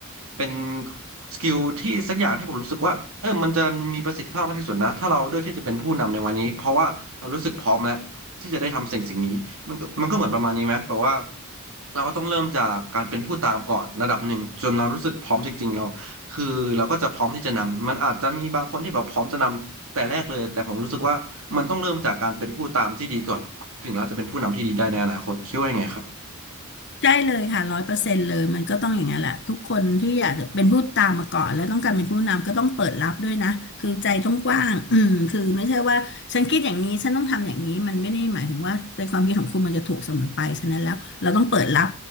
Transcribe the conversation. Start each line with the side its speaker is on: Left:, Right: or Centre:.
Right: เป็นสกิลที่สักอย่างที่ผมรู้สึกว่าเออมันจะมีประสิทธิภาพมากที่สุดนะถ้าเราเลือกที่จะเป็นผู้นำในวันนี้เพราะว่าเรารู้สึกพร้อมแล้วที่จะได้ทำสิ่งสิ่งนี้ มันก็มันก็เหมือนประมาณนี้ไหมแปลว่าเราก็ต้องเริ่มจากการเป็นผู้ตามก่อนระดับหนึ่งจนเรารู้สึกพร้อมจริงๆเราคือเราก็จะพร้อมที่จะนำมันอาจจะมีบางคนที่แบบพร้อมจะนำแต่แรกเลยแต่ผมรู้สึกว่ามันต้องเริ่มจากการเป็นผู้ตามที่ดีก่อนถึงเราจะเป็นผู้นำที่ดีได้ในอนาคตคิดว่ายังไงครับ
Left: ใช่เลยค่ะร้อยเปอร์เซ็นต์เลยมันก็ต้องอย่างนั้นแหละทุกคนที่อยากจะเป็นผู้ตามมาก่อนแล้วต้องการเป็นผู้นำก็ต้องเปิดรับด้วยนะคือใจต้องกว้างอืมคือไม่ใช่ว่าฉันคิดอย่างนี้ฉันต้องทำอย่างนี้มันไม่ได้หมายถึงว่าในความคิดของคุณมันจะถูกเสมอไปฉะนั้นแล้วเราต้องเปิดรับ